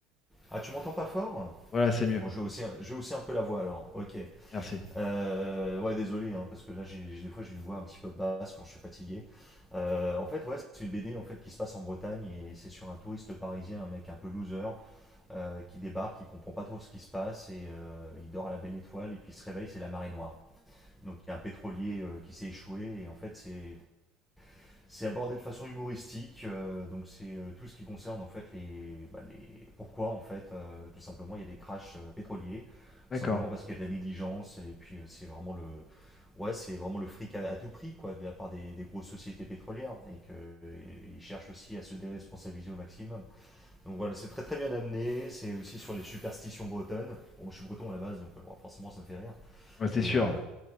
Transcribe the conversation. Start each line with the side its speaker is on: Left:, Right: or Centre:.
Centre: Ah, tu m'entends pas fort
Left: Voilà, c'est mieux.
Centre: Bon, je vais aussi, je vais aussi un peu la voix alors. Ok.
Left: Merci.
Centre: Euh, ouais, désolé, hein, parce que là, j'ai, des fois, j'ai une voix un petit peu basse quand je suis fatigué. Euh, en fait, ouais, c'est une BD en fait qui se passe en Bretagne et c'est sur un touriste parisien, un mec un peu loser, euh, qui débarque, qui comprend pas trop ce qui se passe et euh, il dort à la belle étoile et puis il se réveille, c'est la marée noire. Donc il y a un pétrolier euh, qui s'est échoué et en fait c'est C'est abordé de façon humoristique, euh, donc c'est euh, tout ce qui concerne en fait les, bah, les pourquoi en fait euh, tout simplement il y a des crashs euh, pétroliers,
Left: D'accord.
Centre: simplement parce qu'il y a de la négligence et puis euh, c'est vraiment le ouais c'est vraiment le fric à, à tout prix quoi de la part des, des grosses sociétés pétrolières et qu'ils cherchent aussi à se déresponsabiliser au maximum. Donc voilà c'est très très bien amené, c'est aussi sur les superstitions bretonnes. Bon, moi, je suis breton à la base donc euh, bon, forcément ça me fait rire
Left: Ouais, c'est
Centre: et
Left: sûr.
Centre: euh,